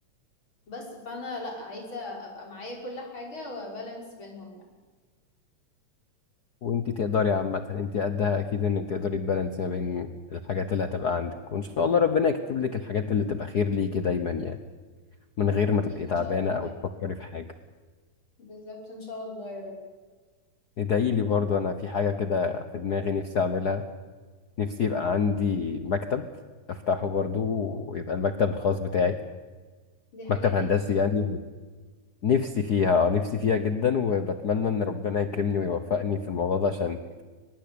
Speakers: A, on the left; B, on the left.
A: بس فانا لا عايزة ابقى معايا كل حاجة وبالانس بينهم يعني
B: وانت تقدري عامة انت قدها اكيد انك تقدري تبالانسي ما بين الحاجات اللي هتبقى عندك وان شاء الله ربنا يكتب لك الحاجات اللي تبقى خير ليكي دايما يعني من غير ما تبقي
A: اكيد ان
B: تعبانة
A: شاء الله
B: او
A: يعني.
B: تفكري في حاجة
A: بالظبط ان شاء الله يا رب
B: ادعي لي برضو انا في حاجة كده في دماغي نفسي اعملها نفسي يبقى عندي مكتب افتحه برضو ويبقى المكتب الخاص بتاعي
A: دي حاجة
B: مكتب هندسي
A: حلوة قوي
B: يعني نفسي فيها اه نفسي فيها جدا وبتمنى ان ربنا يكرمني ويوفقني في الموضوع ده عشان